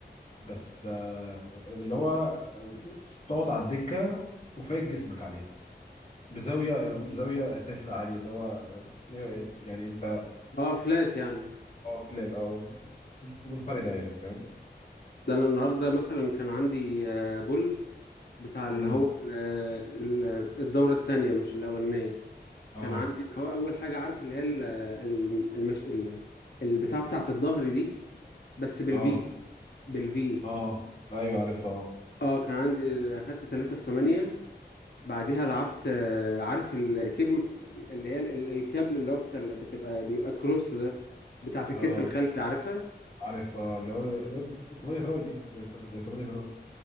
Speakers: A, on the left; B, on the left.
A: بس آه، اللي هو آه، تقعد على الدكه وفايد جسمك عليها بزاويه بزاويه صفر عادي اللي هو آه، يعني انت
B: اه فلات يعني
A: اه فلات او منفرده يعني فاهم
B: ده أنا النهاردة مثلا كان عندي آه، بول بتاع
A: مم.
B: اللي هو ال... ال- الدورة التانية مش الأولانية
A: اه
B: كان عندي اللي هو أول حاجة عارف اللي هي ال... ال- المش... ال... البتاع بتاعة الظهر دي بس بالفي
A: اه
B: بالفي
A: اه ايوه عارفها اه
B: اه كان عندي آه، اخدت 3 في 8 بعديها لعبت آه، عارف الكيبل اللي هي ال- ال- الكابل اللي هو بتاع بتبقى بيبقى كروس ده بتاعت الكتف
A: اه
B: الخلفي عارفها
A: عارفها اللي هو اللي هو 8 تراي دي زي زي 8 تراي